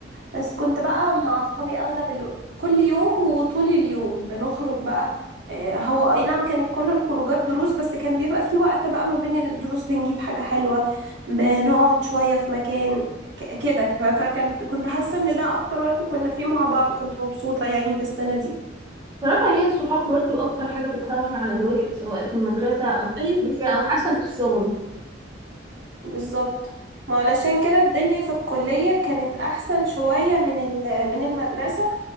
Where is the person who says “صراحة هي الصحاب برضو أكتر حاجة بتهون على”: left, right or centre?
Right